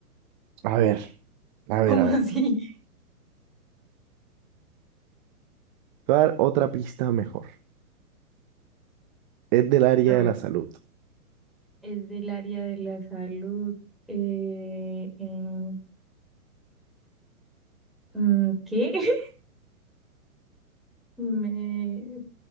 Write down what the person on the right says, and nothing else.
a ver, a ver,
a
ver. Te voy a dar otra pista mejor. Es del área
de la salud.